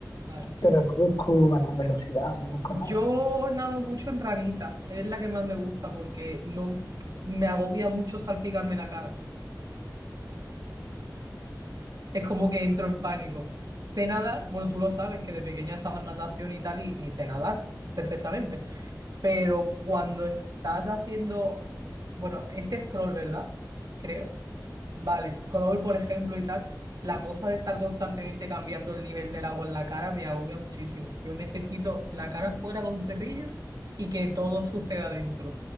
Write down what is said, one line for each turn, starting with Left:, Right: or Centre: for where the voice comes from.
Right: Vale.
Left: pero no busco ganar velocidad, no busco
Right: Yo
Left: nada.
Right: nado mucho en ranita, es la que más me gusta porque no me agobia mucho salpicarme la cara. Es como que entro en pánico. Sé nadar, bueno, tú lo sabes que de pequeña estaba en natación y tal, y, y sé nadar perfectamente. Pero cuando estás haciendo, bueno, este scroll, ¿verdad? Creo. Vale, crawl, por ejemplo, y tal. La cosa de estar constantemente cambiando el nivel del agua en la cara me agobia muchísimo. Yo necesito la cara fuera con un perrillo y que todo suceda dentro.